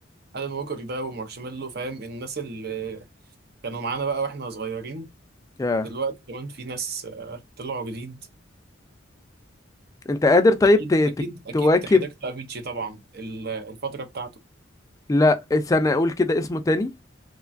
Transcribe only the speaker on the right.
ألان ووكر ده ومارشميلو فاهم الناس اللي كانوا معانا بقى واحنا صغيرين
دلوقتي كمان في ناس آه، طلعوا جديد
اكيد
اكيد اكيد
حضرت افيتشي طبعا ال- الفتره بتاعته